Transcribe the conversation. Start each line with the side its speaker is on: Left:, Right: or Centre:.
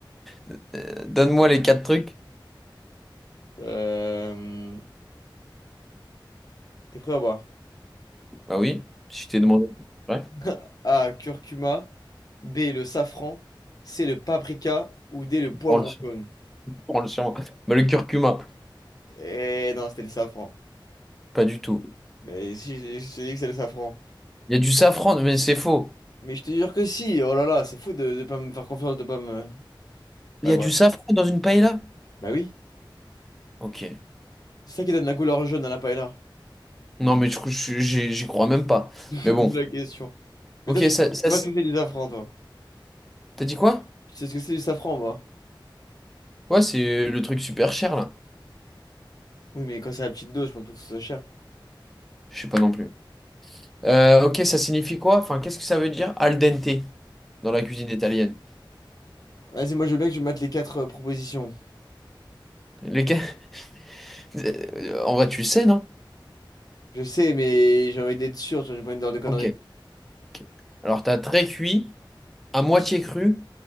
Centre: <laughs> euh, donne-moi les quatre trucs.
Left: Euh, T'es prêt ou pas?
Centre: Bah oui, si je t'ai demandé. Ouais,
Left: <laughs> A. Curcuma. B. Le safran. C. Le paprika. Ou D. Le poivron
Centre: prends le,
Left: jaune.
Centre: prends le sien. Bah, le curcuma,
Left: Eh non, c'était le safran.
Centre: pas du tout.
Left: Mais si, je je te dis que c'est le safran.
Centre: Il y a du safran, mais c'est faux.
Left: Mais je te jure que si, oh là là, c'est fou de ne pas me faire confiance, de pas me...
Centre: Il
Left: Ouais,
Centre: y a
Left: ouais.
Centre: du safran dans une paella?
Left: Bah oui,
Centre: Ok.
Left: c'est ça qui donne la couleur jaune à la paella,
Centre: Non, mais je- je- j'y j'y crois même pas.
Left: <laughs> de
Centre: Mais bon.
Left: la question. Mais
Centre: Ok,
Left: toi, tu sais
Centre: ça, ça,
Left: pas ce que c'est du safran, toi.
Centre: T'as dit quoi?
Left: Tu sais ce que c'est du safran, moi.
Centre: Ouais, c'est le truc super cher là.
Left: Oui, mais quand c'est à petite dose, je pense pas que ce soit cher.
Centre: Je sais pas non plus. Euh, ok, ça signifie quoi? Enfin, qu'est-ce que ça veut dire al dente dans la cuisine italienne?
Left: Vas-y, moi, je veux bien que tu mates les quatre euh, propositions.
Centre: Les... ca- <laughs> Euh, En vrai, tu le sais, non?
Left: Je sais, mais j'ai envie d'être sûr, tu vois, j'ai pas envie de dire de conneries.
Centre: Ok. ok. Alors, t'as très cuit, à moitié cru,